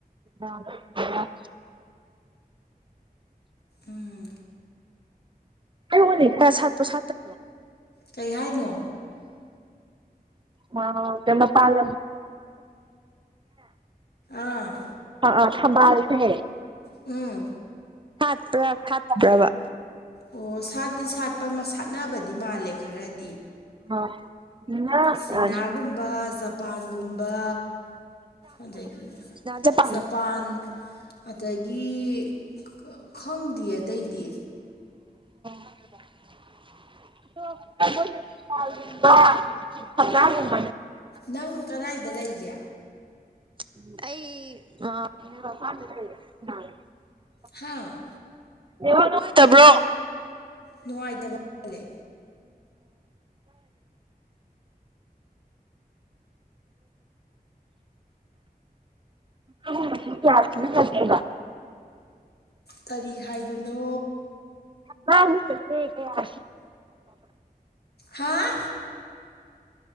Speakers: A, on the right (about 30°); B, on the left (about 85°).
A: ꯑ
B: ꯎꯝ
A: ꯀꯅꯤ ꯑꯦ ꯁꯥꯠꯁꯨꯣ ꯁꯠ ꯇꯣ
B: ꯀꯩ ꯍꯥꯏꯅꯣ
A: ꯃꯥ ꯀꯃ ꯄꯜ
B: ꯑꯥ
A: ꯑ ꯊꯝꯕꯜꯁꯦ
B: ꯎꯝ
A: ꯁꯥꯠꯄ꯭ꯔꯥ ꯁꯥꯠꯇꯕ꯭ꯔꯕ
B: ꯑꯣ ꯁꯥꯠꯇꯤ ꯁꯥꯠꯄ ꯁꯥꯟꯠꯅꯕꯗꯤ ꯃꯥꯜꯂꯦ ꯈꯔꯗꯤ
A: ꯑ ꯏ
B: ꯆꯤꯅꯥꯒꯨꯝꯕ ꯖꯄꯥꯟꯒꯨꯝꯕ ꯑꯗꯒꯤ
A: ꯆ ꯆꯄ
B: ꯖꯄꯥꯟ ꯑꯗꯒꯤ ꯈꯪꯗꯦ ꯑꯇꯩꯗꯤ
A: ꯊꯅꯥ
B: ꯅꯪ ꯀꯗꯥꯥꯏꯗ ꯂꯩꯒꯦ
A: ꯑꯩ
B: ꯍꯥ
A: ꯉ ꯅꯨꯡꯉꯥꯏꯇꯕ꯭ꯔꯣ
B: ꯅꯨꯡꯉꯥꯏꯇꯕ ꯄꯂꯦ
A: ꯎꯝ ꯑꯗꯨ ꯀ꯭ꯂꯌꯥꯥꯁ ꯐꯗ
B: ꯀꯔꯤ ꯍꯥꯏꯕꯅꯣ
A: ꯀ ꯀ
B: ꯍꯥꯥ